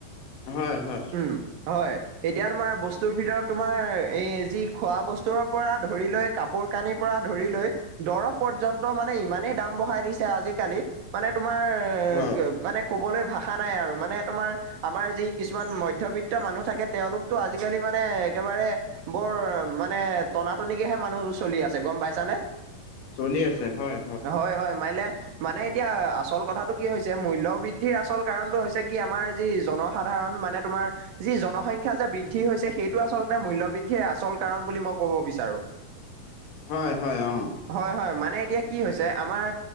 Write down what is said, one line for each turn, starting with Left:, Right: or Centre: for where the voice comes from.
Left: হয় হয়।
Right: উম হয়, এতিয়া তোমাৰ বস্তুৰ ভিতৰত তোমাৰ এই যি খোৱা বস্তুৰ পৰা ধৰি লৈ, কাপোৰ কানিৰ পৰা ধৰি লৈ দৰৱ পৰ্যন্ত মানে ইমানেই দাম বঢ়াই দিছে আজিকালি মানে তোমাৰ এ
Left: হয়
Right: মানে ক'বলৈ ভাষা নাই আৰু, মানে তোমাৰ আমাৰ যি কিছুমান মধ্যবিত্ত মানুহ থাকে তেওঁলোকতো আজিকালি মানে একেবাৰে বৰ মানে টনা নিকেহে মানুহবোৰ চলি আছে, গম পাইছানে?
Left: চলি আছে হয়
Right: হয় হয় মাৰিলে, মানে এতিয়া আচল কথাটো কি হৈছে মূল্যবৃ বৃদ্ধি আচল কাৰণটো হৈছে কি আমাৰ যি জনসাধাৰণ মানে তোমাৰ যি জনসংখ্যা যে বৃদ্ধি হৈছে সেইটো আচলতে মূল্য বৃদ্ধিৰ আচল কাৰণ বুলি মই কব বিচাৰো। <inaudible>
Left: হয় হয় অঁ।
Right: হয় হয় মানে এতিয়া কি হৈছে, আমাৰ